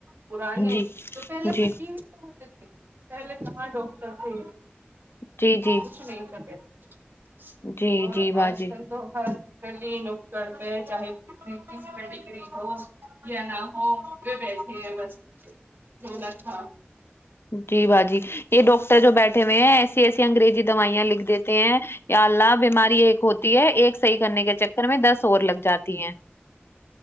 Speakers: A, on the right (about 60°); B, on the left (about 75°).
A: پرانے
B: جی
A: تو پہلے
B: جی
A: حکیم ہی تو ہوتے تھے پہلے کہاں ڈاکٹر تھے
B: جی جی
A: کچھ نہیں تھا پہلے
B: جی
A: اور
B: جی باجی
A: آج کل تو ہر گلی نکڑ پہ چاہے کسی پہ ڈگری ہو یا نہ ہو یہ بیٹھے ہے بس <unintelligible>
B: جی با جی یہ ڈاکٹر جو بیٹھے ہوئے ہیں ایسی ایسی انگریزی دوائیاں لکھ دیتے ہیں یا اللہ بیماری ایک ہوتی ہے ایک صحیح کرنے کے چکر میں دس اور لگ جاتی ہیں